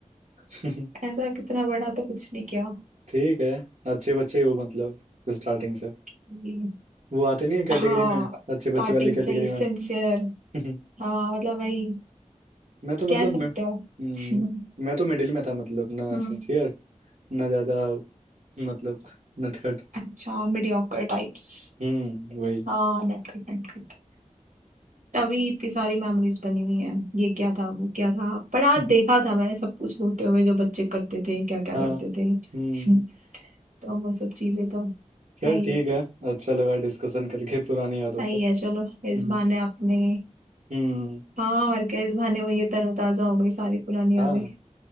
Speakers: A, on the right; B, on the right.
A: <laughs>
B: ऐसा कितना बड़ा तो कुछ नहीं किया
A: ठीक है अच्छे बच्चे हो मतलब स्टार्टिंग से
B: हम्म,
A: वो आते नहीं है कैटेगरी
B: हाँ
A: में अच्छे
B: स्टार्टिंग
A: बच्चे वाली कैटेगरी
B: से ही सिंसियर
A: में <laughs>
B: हाँ मतलब वही
A: मैं तो मतलब
B: कह
A: मैं,
B: सकते
A: हम्म,
B: हो <laughs>
A: मैं तो मिडिल में था मतलब ना
B: हम्म,
A: सिंसियर ना ज्यादा मतलब नटखट
B: अच्छा मीडियोकर टाइप्स
A: हम्म वही
B: हाँ नटखट नटखट तभी इतनी सारी मेमोरीज बनी हुई हैं ये क्या था वो क्या था
A: <laughs>
B: पर आज देखा था मैंने सब कुछ होते हुए जो बच्चे करते थे क्या क्या
A: हाँ
B: करते थे <laughs>
A: हम्म
B: तो वो सब चीजें तो
A: खैर
B: है ही
A: ठीक है अच्छा लगा डिस्कशन करके पुरानी यादों
B: सही
A: का
B: है चलो
A: हम्म
B: इस बहाने आपने
A: हम्म
B: हाँ और क्या इस बहाने वो ये तरोताजा हो गई सारी पुरानी यादें
A: हाँ